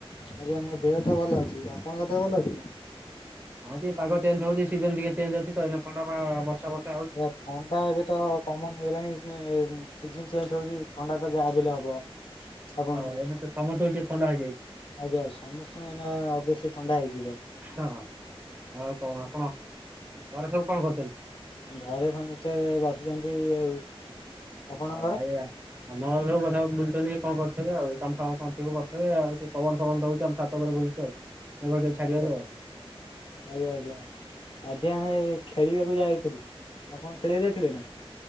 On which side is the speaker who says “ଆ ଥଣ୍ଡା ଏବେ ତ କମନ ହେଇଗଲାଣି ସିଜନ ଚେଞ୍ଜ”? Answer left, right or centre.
Left